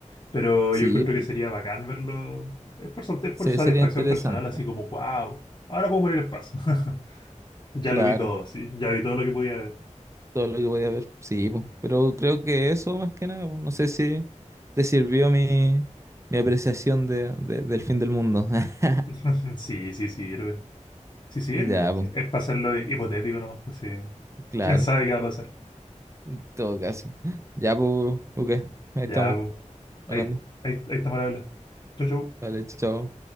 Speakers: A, on the left; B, on the right.
A: Pero
B: sí,
A: yo encuentro que sería bacán verlo. Es por, sat- es por
B: se-
A: satisfacción
B: sería interesante.
A: personal, así como, wow, ahora puedo morir el paso. <laughs> Ya
B: Claro,
A: lo vi todo, sí, ya vi todo lo que podía ver.
B: todo lo que podía ver, sí, po. Pero creo que eso más que nada, po. no sé si te sirvió mi, mi apreciación de, de- del fin del mundo. <laughs>
A: <laughs> Sí, sí sirve. Sí sirve.
B: Ya, pues,
A: Es para hacerlo hipotético nomás, pues sí.
B: claro,
A: ¿Quién sabe qué va a pasar?
B: en todo caso. Ya, pues, Lucas, ahí
A: Ya,
B: estamos
A: pues. Ahí,
B: hablando.
A: ahí, ahí estamos al habla. Chau, chau.
B: Vale, chao.